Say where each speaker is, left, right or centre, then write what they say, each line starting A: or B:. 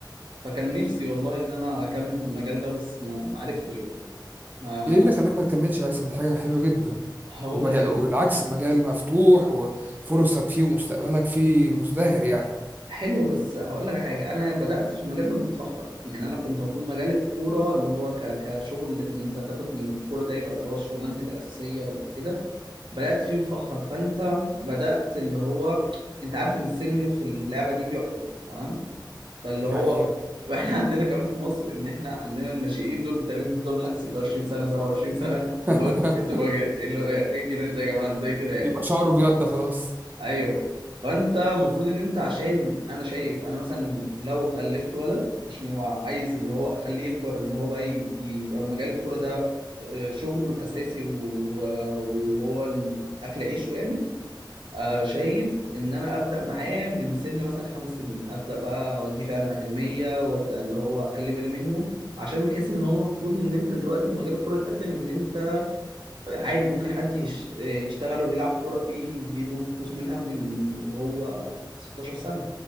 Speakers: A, on the right (about 80°); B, on the right (about 20°).
A: فكان نفسي والله إن أنا أكمل في المجال ده بس ما ما عرفتش بقى ما
B: ايه اللي خلاك ما تكملش يا هيثم دي حاجه حلوه جدا
A: هقول
B: ومجا-
A: لك إيه
B: والعكس مجال مفتوح وفرصك فيه ومستقبلك فيه مزدهر يعني
A: حلو بس هقول لك حاجة أنا بدأت في المجال ده متأخر يعني أنا كنت المفروض مجال الكورة اللي هو ك... كشغل إن أنت تاخد من الكورة ده يبقى خلاص شغلانتك الأساسية وكده بدأت فيه متأخر فأنت بدأت اللي هو أنت عارف إن السن في اللعبة دي بيحكم تمام فاللي
B: دي
A: هو
B: حقيقه
A: وإحنا <laughs> عندنا كمان في مصر إن إحنا عندنا الناشئين دول تقريبا بيفضلوا لحد 26 سنة 27 سنة
B: <laughs>
A: فاللي هو أنتوا أنتوا بقى- اللي هو إيه الجنان ده يا جماعة إزاي كده يعني
B: يبقى شعره ابيض ده خلاص
A: أيوه فأنت المفروض إن أنت عشان أنا شايف أنا مثلا لو خلفت ولد عشان هو عايز اللي هو أخليه يكبر إن هو بقى ي- يبقى مجال الكورة ده آه، شغله الأساسي و- وهو أكل عيشه يعني آه، شايف ان انا ابدا معاه من سن مثلا خمس سنين ابدا بقى اوديه فعلا الاكاديميه وابدا اللي هو اخلي بالي منه عشان بحس ان هو المفروض ان انت دلوقتي مجال الكوره اتقدم ان انت عادي ممكن حد يش- يشتغل ويلعب كوره فيه يديله فلوس منها من وهو 16 سنه